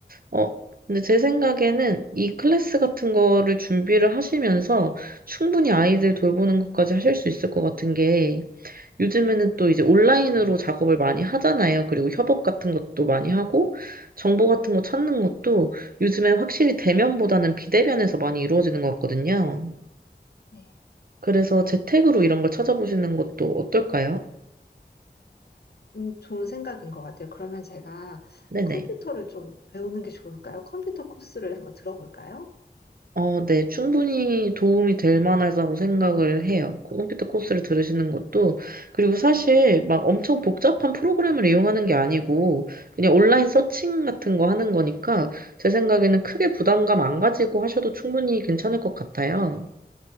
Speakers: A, on the right; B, on the left.
A: 어, 근데 제 생각에는 이 클래스 같은 거를 준비를 하시면서 충분히 아이들 돌보는 것까지 하실 수 있을 것 같은 게 요즘에는 또 이제 온라인으로 작업을 많이 하잖아요. 그리고 협업 같은 것도 많이 하고, 정보 같은 거 찾는 것도 요즘에 확실히 대면보다는 비대면에서 많이 이루어지는 것 같거든요.
B: 네.
A: 그래서 재택으로 이런 걸 찾아보시는 것도 어떨까요?
B: 음, 좋은 생각인 것 같아요. 그러면 제가
A: 네네.
B: 컴퓨터를 좀 배우는 게 좋을까요? 컴퓨터 코스를 한번 들어볼까요?
A: 어, 네, 충분히 도움이 될 만하다고 생각을 해요. 컴퓨터 코스를 들으시는 것도. 그리고 사실 막 엄청 복잡한 프로그램을 이용하는 게 아니고, 그냥 온라인 서칭
B: 네.
A: 같은 거 하는 거니까, 제 생각에는 크게
B: 네.
A: 부담감 안 가지고 하셔도 충분히 괜찮을 것 같아요.